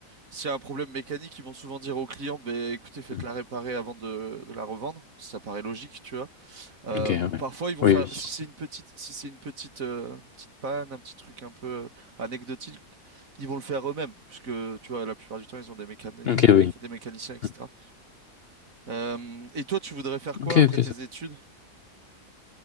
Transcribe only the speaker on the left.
Mm.
Ok, ouais.
Oui,
oui.
Ok,
oui.
Mm.
Ok,
ok,
ça